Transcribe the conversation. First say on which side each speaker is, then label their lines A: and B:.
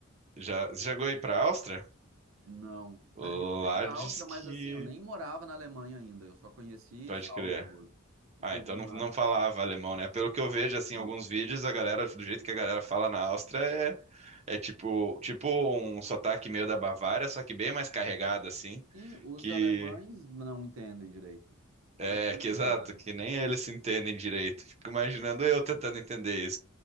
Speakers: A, on the right (about 30°); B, on the right (about 75°).
A: Já, você chegou aí pra Áustria?
B: Não.
A: Lá
B: Ah, eu fui pra
A: diz
B: Áustria,
A: que.
B: mas assim, eu nem morava na Alemanha ainda, eu só conheci
A: Pode
B: Salzburgo,
A: crer.
B: e
A: Ah,
B: foi
A: então
B: bem
A: não,
B: rápido.
A: não falava alemão, né? Pelo que eu vejo, assim,
B: Não.
A: em alguns vídeos, a galera, do jeito que a galera fala na Áustria, é, é tipo, tipo um sotaque meio da Bavária, só que bem mais carregado, assim,
B: Sim, os
A: que.
B: alemães não entendem direito.
A: É,
B: Eles
A: que exato,
B: não entendem.
A: que nem eles se entendem direito. Fico imaginando eu tentando entender